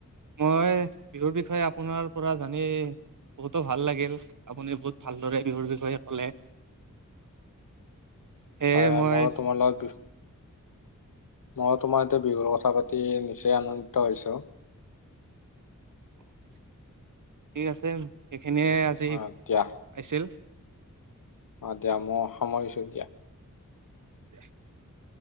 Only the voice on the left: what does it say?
হয়, হয়,
ম‌ইও তোমাৰ লগত বিহ মই তোমাৰ এতে বিহুৰ কথা পাতি নিচেই আনন্দিত হৈছো।
হয় দিয়া
অ', দিয়া মইও সামৰিছোঁ দিয়া।